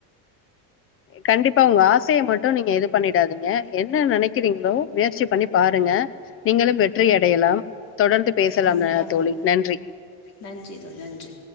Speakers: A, on the left; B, on the left.
A: கண்டிப்பா உங்க ஆசைய மட்டு நீங்க எது பண்ணிடாதீங்க என்ன நெனைக்கிறீங்களோ முயற்சி பண்ணி பாருங்க நீங்களு வெற்றி அடையலாம் தொடர்ந்து பேசலாங்க
B: கண்டிப்பாக
A: தோழி நன்றி
B: நன்றி தோழி நன்றி